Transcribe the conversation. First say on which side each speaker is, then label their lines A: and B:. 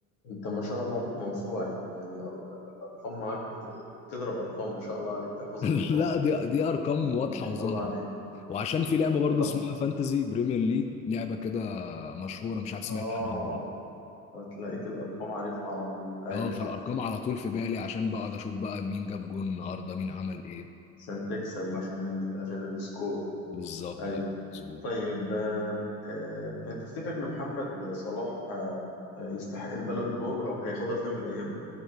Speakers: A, on the left (about 60°); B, on the left (about 20°).
A: انت ما شاء الله عليك موسوعة يعني أر- الارقام معاك تضرب ارقام ما شاء الله عليك تحفظ
B: <laughs>
A: الارقام
B: لا دي دي أرقام واضحة
A: ما شاء
B: وظاهرة
A: الله عليك
B: وعشان في لعبة برضه
A: طب
B: اسمها فانتزي بريمير ليج لعبة كده مشهورة مش عارف سمعت
A: اه
B: عنها ولا لا
A: هتلاقيك الارقام عارفها على طول ايوه
B: اه
A: صح
B: فالارقام على طول في بالي عشان بقعد اشوف بقى مين جاب جون النهارده مين عمل ايه
A: عشان تكسب عشان ال... عشان السكور
B: بالظبط
A: ايوه
B: أيوة، مظبوط
A: طيب آه... آه... انت تفتكر ان محمد صلاح آه... آه، يستحق البالون دور او هياخدها في يوم من الايام